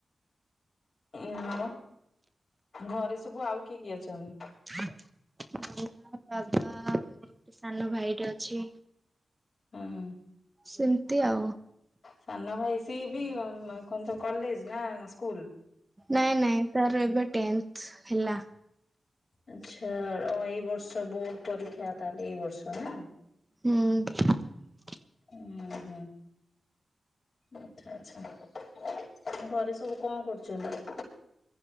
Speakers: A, on the left; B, on the right.
A: ହଁ ଆଉ ଘରେ ସବୁ ଆଉ କିଏ କିଏ ଅଛନ୍ତି
B: <inaudible> ଆଉ ମୋ ବାବା ମୋର <inaudible> ଗୋଟେ ସାନ ଭାଇଟେ ଅଛି
A: ହଁ
B: ସେମିତି ଆଉ
A: ସାନ ଭାଇ ସିଏ ବି କଣ ତ କଲେଜ ନା ସ୍କୁଲ
B: ନାଇଁ ନାଇଁ ତାର ଏବେ ଟେନ୍ଥ୍ ହେଲା
A: ଆଛା ହଁ ଏଇ ବର୍ଷ ବୋର୍ଡ ପରୀକ୍ଷା ତାହେଲେ ଏଇ ବର୍ଷ ନାଇଁ
B: ହିଁ
A: ହିଁ ହିଁ ଆଚ୍ଛା ଆଚ୍ଛା ଘରେ ସବୁ କଣ କରୁଛନ୍ତି